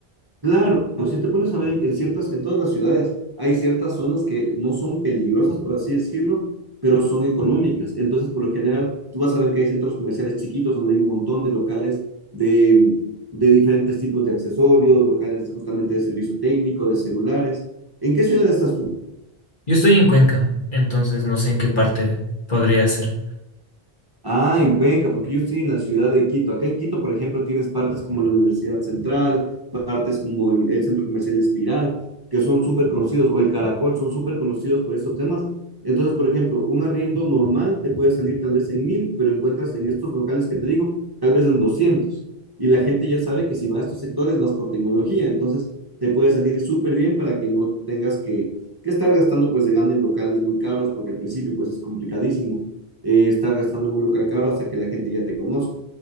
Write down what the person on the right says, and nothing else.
Claro, si te pones a ver en ciertas, en todas las ciudades hay ciertas zonas que no son peligrosas, por así decirlo, pero son económicas. Entonces, por lo general, tú vas a ver que hay centros comerciales chiquitos donde hay un montón de locales de, de diferentes tipos de accesorios, locales justamente de servicio técnico, de celulares. ¿En qué ciudad estás tú?
Ah, en Cuenca, porque yo estoy en la ciudad de Quito. Acá en Quito, por ejemplo, tienes partes como la Universidad Central, partes como el, el Centro Comercial Espiral, que son súper conocidos, o el Caracol, son súper conocidos por estos temas. Entonces, por ejemplo, un arriendo normal te puede salir tal vez en mil, pero encuentras en estos locales que te digo, tal vez en 200. Y la gente ya sabe que si vas a estos sectores, vas por tecnología. Entonces, te puede salir súper bien para que no tengas que, que estar gastando pues de gana en locales muy caros, porque al principio pues es complicadísimo eh, estar gastando en un local caro hasta que la gente ya te conozca.